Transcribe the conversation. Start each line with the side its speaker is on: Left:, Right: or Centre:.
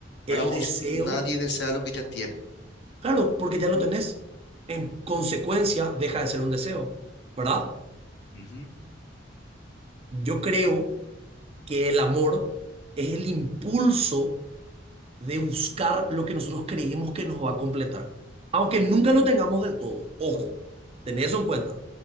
Left: Para
Right: El
Left: vos,
Right: deseo,
Left: nadie desea lo que ya tiene.
Right: claro, porque ya lo tenés. En consecuencia, deja de ser un deseo, ¿verdad?
Left: Ujú.
Right: Yo creo que el amor es el impulso de buscar lo que nosotros creemos que nos va a completar, aunque nunca lo tengamos del todo. Ojo, tened eso en cuenta.